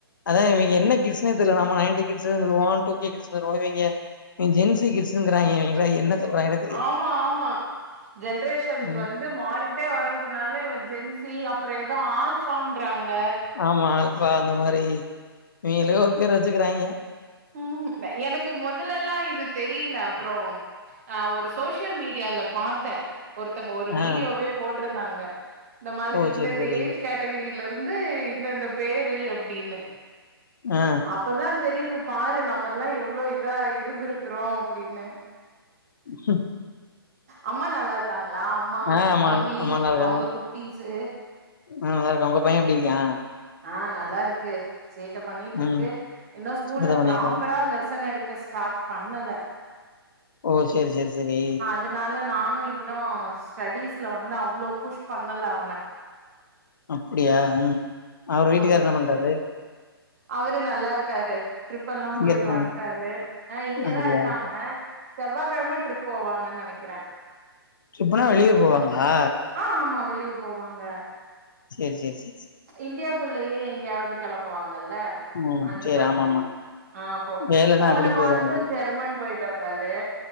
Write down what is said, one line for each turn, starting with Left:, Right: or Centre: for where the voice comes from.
Left: அதா இவன் என்ன கிஸ்ன இதுல நம்ம நயன்டி கிட்ஸ்ஸு சொல்லுவோ டூ கே கிட்ஸ் சொல்லுவாங்க இவிங்க ஜென் சி கிட்ஸ்ஸுக்கிறாய்ங்க இவிங்கள என்ன சொல்றாங்கன்னே தெரியல
Right: ஆமா ஆமா ஜென்ரேஷன்
Left: ம்
Right: வந் து மாறிட்டே வர்றதுனால இவ ஜென் சி அப்பறோ எதோ ஆல்பான்றாங்க
Left: ஆமா அல்பா அந்த மாரி இவிங்களே ஒரு பேர் வெச்சுக்கிறாய்ங்க
Right: ம் எனக்கு மொதலல்லாம் இது தெரியல அப்பறோ ஆ ஒரு சோசியல் மீடியால பாத்தே ஒருத்தங்க ஒரு
Left: ஆ
Right: வீடியோவே போட்ருந்தாங்க இந்த மாதிரி
Left: ஓ
Right: இந்த
Left: செரி
Right: இந்த
Left: செரி
Right: ஏஜ் கேட் டகிரில இருந்து இந்தந்த பேரு அப்டின்னு
Left: ஆ
Right: அப்பதா தெரியுது பாரு நம்மல்லா எவ்ளோ இதா இருந்திருக்குறோ அப்டின்னு
Left: ம்
Right: அம்மா நல்லா இருக்காங்ளா அம்மா
Left: ஆ ஆமா
Right: தம்பி
Left: ஆமா நல்லா இருக்காங்க
Right: அவ்ங்க குட்டிஸு
Left: ஆ நல்லாருக்கான் உங்க பையன் எப்டி இருக்யான்
Right: ஆ நல்லா இருக்கு சேட்ட பண்ணிட்டுருக்கு
Left: ம்
Right: இன்னு ஸ்கூல்ல
Left: சரிதா பண்ணிருக்கே
Right: ப்ராப்பரா ஆ லசன் எடுக்க ஸ்டார்ட் பண்ணல
Left: ஓ சேரி சேரி செரி
Right: அதுனால நானு இன்னு ஸ்டடீஸ்ல வந்து அவ்ளோ புஷ் பண்ணல அவன
Left: அப்பிடியா ம் அவரு வீட்டுக்காரு
Right: ம்
Left: என்ன பண்றாரு
Right: அவரு நல்லா இருக்காரு ட்ரிப் எல்லா போய்ட்டு
Left: இங்க இருக்காங்க
Right: வன்ட்டாரு ஆ இங்கதா
Left: அப்டியா
Right: இருக்காங்க செவ்வா கெழம ட்ரிப் போவாங்கன் நெனக்கிற
Left: ட்ரிப்புனா வெளியூர் போவாங்ளா
Right: ஆ ஆமா வெளியூர் போவாங்க
Left: சேரி சேரி சேரி சேர்
Right: இந்தியா குள்ளயே எங்கெயாது கெளம்புவாங்கல்ல
Left: ம்
Right: அந்த
Left: சேரி
Right: மாதிரி
Left: ஆமா ஆமா
Right: ஆ அப்போ
Left: வேலன்னா
Right: போன
Left: எப்டி போது
Right: மாசோம்
Left: உங்களுக்கு
Right: ஜெர்மன் போய்ட்டு வந்தாரு